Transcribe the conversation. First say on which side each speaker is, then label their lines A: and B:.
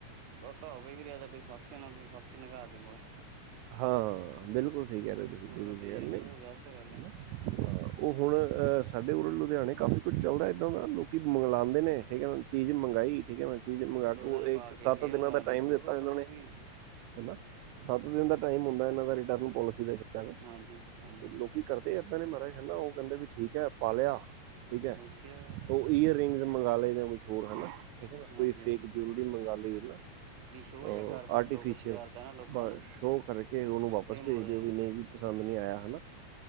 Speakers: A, on the right (about 65°); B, on the right (about 80°).
A: ਬਟਾ ਕਈ ਵੀ ਰਿਹਾਦਾ ਕੋਈ ਫੰਕਸ਼ਨ ਆਈ ਫਕਸ਼ਨ ਕ ਕੇ ਮ <unintelligible>
B: ਹਾਂ ਬਿਲਕੁਲ ਸਹੀ ਕਹਿ ਰਹੇ ਤੁਸੀਂ
A: ਮਗਰੋਂ
B: ਬਿਲਕੁਲ
A: ਦੇ
B: ਸਹੀ ਰਹੇ
A: ਜਾਂਦੇ ਉਹ
B: ਹ।
A: ਗ਼ਲਤ ਗੱਲ ਆ ਨਾ
B: ਹਾਂ, ਉਹ ਹੁਣ ਸਾਡੇ ਉਰ ਲੁਧਿਆਣੇ ਕਾਫੀ ਕੁਝ ਚੱਲਦਾ ਇੱਦਾਂ ਦਾ ਲੋਕ ਮੰਗਲਾਦੇ ਨੇ ਠੀਕ ਹੈ ਨਾ। ਚੀਜ਼ ਮੰਗਵਾਈ ਠੀਕ ਨਾ। ਚੀਜ਼ ਕੇ
A: ਦੋ ਦਿਨ ਪਾ ਕੇ
B: ਸੱਤ
A: ਫੇਰ
B: ਦਿਨਾਂ
A: ਮੰਗਵਾ
B: ਦਾ
A: ਲੈਂਦੇ
B: ਟਾਈਮ
A: ਹੋਰ
B: ਦਿੱਤਾ
A: ਉਹ
B: ਇਹਨਾਂ
A: ਫਿਰ ਉਹ
B: ਨੇ
A: ਵੀ
B: ਹਨਾ ਸੱਤ ਦਿਨ ਦਾ ਟਾਈਮ ਹੁੰਦਾ ਇਹਨਾਂ ਦਾ ਰਿਟਰਨ ਪੋਲਿਸੀ ਦਾ ਸ਼ਾਇਦ
A: ਹਾਂਜੀ ਹਾਂਜੀ
B: ਤੇ ਲੋਕੀ, ਕਰਦੇ ਇੱਦਾਂ ਮਹਰਾਜ ਕਹਿੰਦੇ ਵੀ ਠੀਕ ਪਾ ਲਿਆ। ਠੀਕ ਏ।
A: ਅੱਛਾ
B: ਈਅਰਿੰਗਜ਼ ਮੰਗਵਾ ਲਏ ਜਾਂ ਕੁਛ ਹੋਰ ਹੈ ਨਾ ਠੀਕ ਹੈ ਨਾ
A: ਹਾਂਜੀ
B: ਕੋਈ ਫੇਕ
A: ਹਾਂਜੀ
B: ਜੁੂਲਰੀ ਮੰਗਵਾ ਲਈ ਨਾ ਹਾਂ
A: ਵੀ ਸ਼ੋਅ ਜਿਹਾ ਕਰਕੇ
B: ਆਰਟੀਫਿਸ਼ਲ
A: ਦੋ ਕੁ ਚਾਰ ਦਿਨਾਂ ਲੋਕਾਂ
B: ਬਸ
A: ਨੂੰ
B: ਸ਼ੋਅ ਕਰਕੇ ਉਹਨੂੰ ਵਾਪਸ
A: ਫੇਰ ਮੋੜ
B: ਭੇਜ
A: ਦਿੰਦੇ
B: ਦਿਓ ਵੀ ਨਹੀਂ ਜੀ ਪਸੰਦ ਨਹੀਂ ਆਇਆ ਹਨਾ।